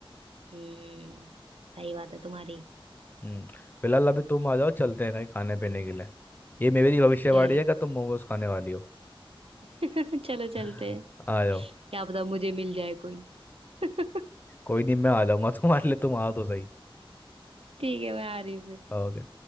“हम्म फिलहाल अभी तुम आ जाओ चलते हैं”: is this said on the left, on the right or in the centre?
Left